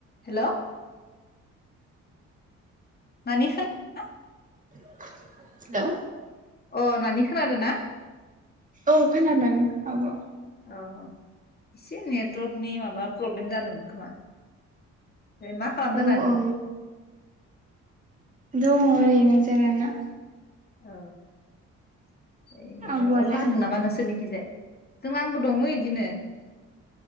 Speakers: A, on the left (about 30°); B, on the right (about 25°).
A: Hello नानि खोनादोंना?
B: Hello
A: अ नानि खोनादो ना?
B: औ खोनादों आब।
A: अ इसे नेट नेटवर्कनि माबा प्रब्लेम जादोंमोन। खोमा मा खालामदों
B: औ
A: नानि?
B: औ दङ ओरैनो जेरायना
A: औ ए
B: आब'आलाय
A: अखा हादों नामा नोंसोरनि खैजाय जों आंबो दङो इदिनो।